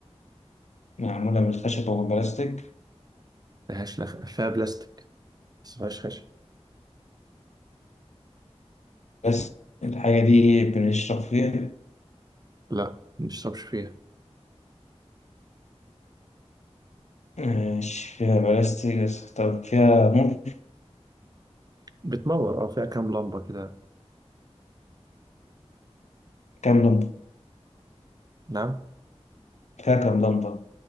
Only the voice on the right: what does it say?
ملهاش لخ... فيها بلاستيك بس ملهاش خشب
لا مبنشربش فيها
بتنور اه فيها كام لمبة كده
نعم